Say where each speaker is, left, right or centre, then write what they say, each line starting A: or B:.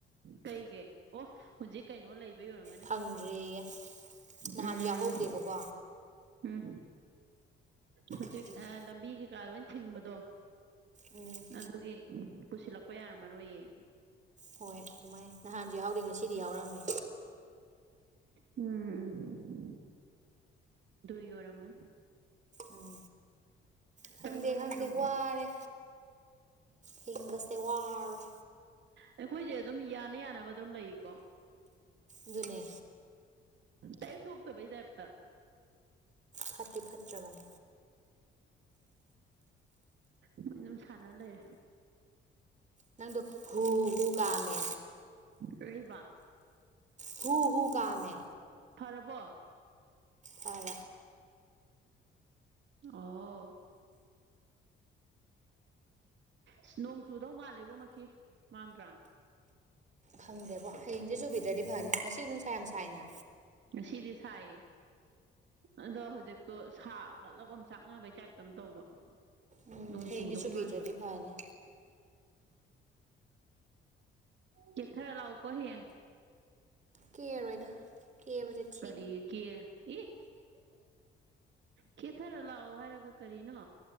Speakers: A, on the right; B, on the right.
A: ꯀꯩꯒ ꯑꯣ ꯍꯧꯖꯤꯛ ꯀꯩꯅꯣ ꯂꯩꯕ ꯌꯧꯔꯝꯒꯅꯤ
B: ꯐꯪꯗ꯭ꯔꯦꯌꯦ ꯅꯍꯥꯟꯁꯨ
A: ꯎꯝ
B: ꯌꯥꯎꯍꯧꯗꯦꯕꯀꯣ
A: ꯎꯝ ꯍꯧꯖꯤꯛ
B: ꯑꯗꯨꯒꯤ
A: ꯂꯝꯕꯤ ꯀꯩꯀꯥ ꯂꯣꯏ ꯊꯤꯡꯕꯗꯣ
B: ꯎꯝ
A: ꯑꯗꯨꯒꯤ ꯄꯨꯁꯤꯜꯂꯛꯄ ꯌꯥꯔꯝꯃꯔꯣꯏꯌꯦ
B: ꯍꯣꯏ ꯑꯗꯨꯃꯥꯏ ꯅꯍꯥꯟꯁꯨ ꯌꯥꯎꯗꯤ ꯉꯁꯤꯗꯤ ꯌꯥꯎꯔꯝꯃꯦ
A: ꯎꯝ ꯏ ꯑꯣꯔ ꯑꯃ
B: ꯎꯝ ꯈꯪꯗꯦ
A: ꯇꯧꯕꯅꯦ
B: ꯈꯪꯗꯦ
A: ꯑꯗꯨꯝ
B: ꯋꯥꯔꯦ ꯍꯤꯡꯕꯁꯦ ꯋꯥꯔꯔꯣꯏ
A: ꯑꯩꯈꯣꯏꯁꯦ ꯑꯗꯨꯝ ꯌꯥꯅ ꯌꯥꯅꯕ ꯑꯗꯨꯝ ꯂꯩꯀꯣ
B: ꯑꯗꯨꯅꯦ
A: ꯇꯥꯏꯝ ꯊꯣꯛꯇꯕꯩꯗ ꯑꯇ
B: ꯐꯠꯇꯤ ꯐꯠꯇ꯭ꯔꯒꯅꯤ
A: ꯃꯣꯏ ꯑꯗꯨꯝ ꯁꯥꯟꯅ ꯂꯩ
B: ꯅꯪꯗꯣ ꯍꯨ ꯍꯨꯒꯥꯥꯃꯦ
A: ꯀꯂꯤꯕ
B: ꯍꯨ ꯍꯨ ꯀꯥ ꯃ
A: ꯐꯔꯕꯣ
B: ꯐꯂ
A: ꯑꯣ ꯑ ꯅꯣꯡ ꯆꯨꯗꯧ ꯃꯥꯜꯂꯦꯕ ꯃꯈ ꯃꯥꯟꯗ꯭ꯔꯥ
B: ꯐꯪꯗꯦꯕꯣ ꯍꯌꯦꯡꯁꯦ ꯆꯨꯕꯤꯗ꯭ꯔꯗꯤ ꯐꯅꯤ ꯉꯁꯤ ꯅꯨꯡꯁꯥ ꯌꯥꯝ ꯁꯥꯏꯅ
A: ꯑꯁꯤꯗꯤ ꯁꯥꯏꯌꯦ ꯑꯗꯣ ꯍꯧꯖꯤꯛꯇꯣ ꯁꯥꯒꯠꯂꯒꯝ ꯆꯥꯛꯅꯕꯩ ꯇꯥꯏꯞꯇ ꯑꯃ ꯇꯧꯕ
B: ꯎꯝ
A: ꯅꯣꯡ
B: ꯍꯌꯦꯡꯗꯤ
A: ꯆꯨꯗꯧ
B: ꯆꯨꯕꯤꯗ꯭ꯔꯗꯤ
A: ꯃꯥꯟꯕ
B: ꯐꯅꯤ
A: ꯀꯦꯇꯔꯒꯥ ꯂꯛ ꯎ ꯀꯣ ꯍꯌꯦꯡ
B: ꯀꯦꯔꯣꯏ ꯗ ꯀꯦ ꯕꯥ ꯁꯦ ꯇꯥ
A: ꯀ ꯀ ꯏ ꯀꯦꯊꯔ ꯂꯥꯛꯑꯣ ꯍꯥꯏꯔꯒ ꯀꯔꯤꯅꯣ